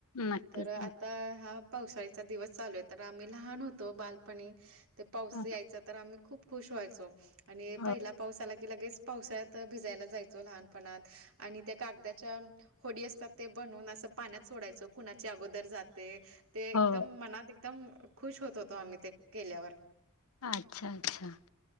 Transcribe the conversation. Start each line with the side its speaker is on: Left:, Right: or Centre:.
Left: नक्कीच
Right: तर आता हा पावसाळीचा दिवस चालू आहे तर आम्ही लहान होतो बालपणी ते पाऊस
Left: नक्की
Right: यायचा तर आम्ही खूप खुश व्हायचो आणि
Left: हो
Right: पहिला पावसाला की लगेच पावसाळ्या भिजायला जायचो लहानपणात आणि त्या कागदा्याच्या होडी असतात ते बनून असं पाण्यात सोडायचं कुणाची अगोदर जाते ते एकदम
Left: हो.
Right: मनात एकदम खुश होत होतो आम्ही ते केल्यावर
Left: अच्छा-अच्छा